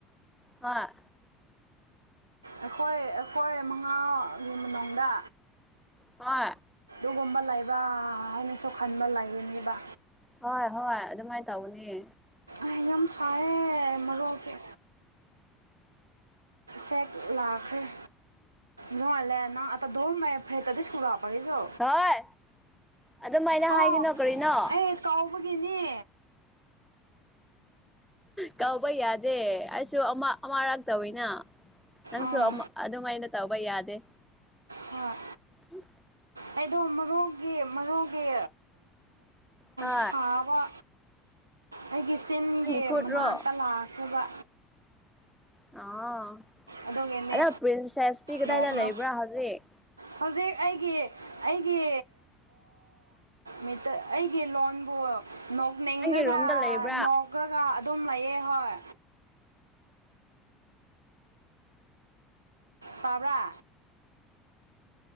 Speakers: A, in the centre; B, on the right.
A: ꯑ
B: ꯑꯩꯈꯣꯏ ꯑꯩꯈꯣꯏ ꯃꯉꯥꯒꯤ ꯃꯅꯨꯡꯗ
A: ꯍ
B: ꯁꯤꯨꯒꯨꯝꯕ ꯂꯥꯏꯕ ꯑꯩꯅ ꯁꯣ ꯈꯥꯟꯕ ꯂꯥꯏꯅꯦꯕ
A: ꯍꯣꯏ ꯍꯣꯏ ꯑꯗꯨꯃꯥꯏꯅ ꯇꯧꯅꯤ
B: ꯑ ꯌꯥꯝ ꯐꯥꯏꯦ ꯃꯔꯣꯛꯁ ꯐ ꯂꯥꯛꯈꯔꯦ ꯅꯂ ꯑ ꯗꯣ ꯃ ꯐꯦ ꯇꯗꯤ ꯀ ꯀꯔꯤꯁꯨ
A: ꯍꯣꯏ ꯑꯗꯨꯃꯥꯏꯅ ꯍꯥꯏꯒꯅꯣ
B: ꯑ
A: ꯀꯔꯤꯅꯣ
B: ꯑꯩ ꯀꯥꯎꯕꯒꯤꯅꯦ
A: ꯀꯧꯕ ꯌꯥꯗꯦ ꯑꯩꯁꯨ ꯑꯃꯔꯛꯇꯧꯅ ꯅꯪꯁꯨ
B: ꯑꯥ
A: ꯑꯗꯨꯃꯥꯏꯅ ꯇꯧꯕ ꯌꯥꯗꯦ
B: ꯍ
A: ꯎꯝ
B: ꯑꯩꯗꯣ ꯃꯔꯣꯛꯒꯤ ꯃꯔꯣꯡꯒꯤ
A: ꯍꯥ
B: ꯁꯥꯕ ꯑꯩꯒꯤ ꯆꯤꯟꯒꯤ
A: ꯅꯪꯒꯤ ꯈꯨꯠꯔꯣ
B: ꯃꯅꯥꯛꯇ ꯂꯥꯛꯈꯤꯕ
A: ꯑ
B: ꯑꯗꯨꯒꯤꯅꯦ
A: ꯑꯗꯣ ꯄ꯭ꯔꯤꯟꯁꯦꯁꯇꯤ ꯀꯗꯥꯏꯗ
B: ꯅꯣꯛꯀꯅꯨ
A: ꯂꯩꯕ꯭ꯔꯥ ꯍꯧꯖꯤꯛ
B: ꯍꯧꯖꯤꯛ ꯑꯩꯒꯤ ꯑꯩꯒꯤ ꯃꯤ ꯑꯩꯒꯤ ꯂꯣꯟꯕꯨ ꯅꯣꯛꯅꯤꯡꯉꯒ
A: ꯅꯪꯒꯤ ꯔꯨꯝꯗ ꯂꯩꯕ꯭ꯔꯥ
B: ꯅꯣꯛꯈ꯭ꯔꯒ ꯑꯗꯨꯝ ꯂꯩꯌꯦꯦ ꯍꯣꯏ ꯇꯕ꯭ꯔ